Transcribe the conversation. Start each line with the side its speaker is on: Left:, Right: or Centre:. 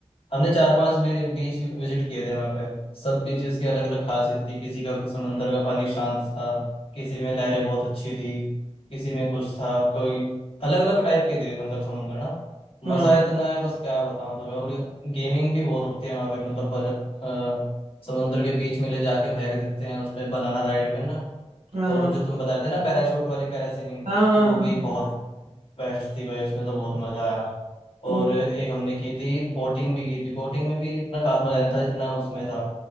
Left: हमने चार पांच भी, बीच विजिट किए थे वहां पे सब बीचेस की अलग अलग खासियत थी किसी का समंदर का पानी शांत था किसी में लहरें बहुत अच्छी थी किसी में कुछ था कोई अलग अलग टाइप के थे मतलब समंदर ना
Right: हाँ
Left: मजा इतना है बस क्या बताऊं तुम्हें और गेमिंग भी बहुत होती है वहां पे मतलब पर, अ, समंदर के बीच में ले जाके फेंक देते हैं उसमें बनाना राइड पे ना
Right: हाँ
Left: और
Right: हाँ
Left: वो जो तुम बता रहे थे ना पैराशूट वाली पैरासीलिंग
Right: हाँ हाँ,
Left: वो भी बहुत बेस्ट थी भाई उसमें तो बहुत मजा आया
Right: हाँ।
Left: और एक हमने की थी बोटिंग भी की थी बोटिंग में भी इतना खास मजा नहीं था जितना उसमें था